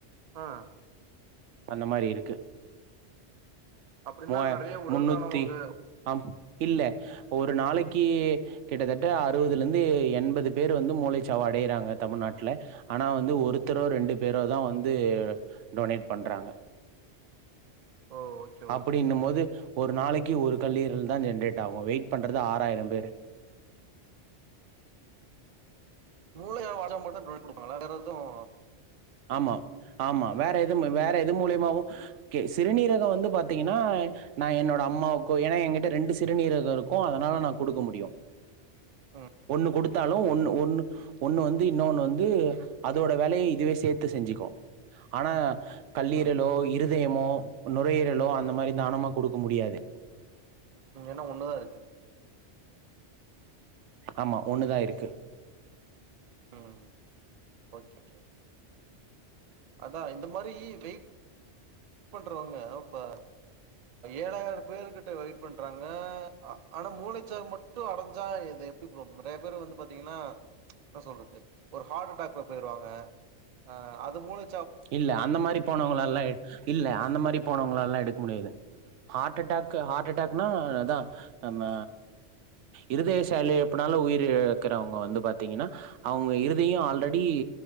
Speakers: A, on the right; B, on the right.
A: ஆ
B: அந்த மாரி இருக்கு
A: அப்டின்னா
B: மூவா
A: நட நெறைய உடல்
B: முன்னூத்தி
A: தானம் உங்க
B: ஆம் இல்ல ஒரு நாளைக்கு கிட்டத்தட்ட அறுபதுல இருந்து எண்பது பேர் வந்து மூளைச்சாவு அடையிறாங்க தமிழ்நாட்டுல ஆனா வந்து ஒருத்தரோ ரெண்டு பேரோ தா வந்து வந்து டொனேட் பண்றாங்க
A: ஓ ஓகே
B: அப்டின்னும்
A: ஓகே
B: போது ஒரு நாளைக்கு ஒரு கல்லீரல் தா ஜென்ரேட் ஆகும் வெயிட் பண்றது ஆறாயிரம் பேர்
A: <unintelligible> கொடுப்பாங்களா வேற எதுவும்
B: ஆமா ஆமா வேற எது வேற எது மூலியமாவும் ஓகே சிறுநீரகம் வந்து பாத்தீங்கன்னா நா என்னோட அம்மாவுக்கும் ஏன்னா என்கிட்ட ரெண்டு சிறுநீரகம் இருக்கும் அதனால நா குடுக்க முடியும்
A: ம்
B: ஒண்ணு கொடுத்தாலும்
A: ம்
B: ஒன்னு
A: ம்
B: ஒன்னு ஒன்னு
A: ஓகே
B: வந்து இன்னொண்ணு வந்து அதோட வேலைய இதுவே சேத்து செஞ்சுக்கும் ஆனா கல்லீரலோ
A: ம்
B: இருதயமோ நுரையீரலோ அந்த மாரி தானமா குடுக்க முடியாது
A: என்னா ஒண்ணுதா இருக்கு
B: ஆமா ஒண்ணுதா இருக்கு
A: உஹம் ஓகே அதா இந்த மாரி வெ வெயிட் பண்றவங்க இப்ப ஏழாயிரம் பேரு கிட்ட வெயிட் பண்றாங்க ஆனா மூளைச்சாவு மட்டும் அடைஞ்சா இது எப்ப நிறைய பேர் வந்து பாத்தீங்கன்னா என்ன சொல்றது ஒரு ஹார்ட் அட்டாக போய்ருவாங்க அஹ் அது மூளை
B: இல்ல அந்த மாரி போனவங்களல்லாம் இல்ல அந்த மாரி போனவங்களல்லாம் எடுக்க முடியாது ஹார்ட் அட்டாக்கு ஹார்ட் அட்டாக்னா அதா நம்ம இருதய செயலிலப்புனால உயிர் இழக்குறவங்க வந்து பாத்தீங்கன்னா அவங்க இருதயம் ஆல்ரெடி